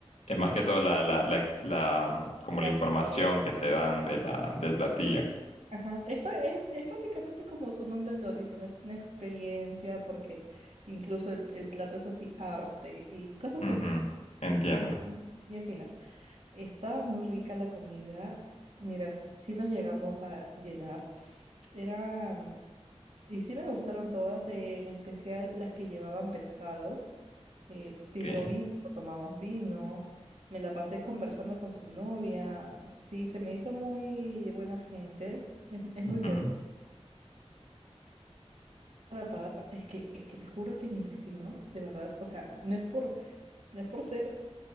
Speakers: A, on the left; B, on the right.
A: Es más
B: Eh,
A: que todo la, la, la, ex- la, como
B: la
A: la información
B: experiencia.
A: que te dan de la, del platillo.
B: Ajá, es, pa- es, es prácticamente como su nombre lo dice, ¿no? Es una experiencia porque incluso el, el plato es así arte y cosas
A: Ujú,
B: así,
A: Entiendo.
B: así bien, bien finas. Estaba muy rica la comida, mira, sí nos llegamos a llenar. Era, mm, y sí me gustaron todas, eh, en especial las que llevaban pescado. Eh, pidió
A: Okay.
B: vino, tomamos vino, me la pasé conversando con su novia, sí, se me hizo muy buena gente, es es
A: Ujú.
B: muy buena. para O sea, es que, es que te juro que mis vecinos, de verdad, o sea, no es por, no es por ser,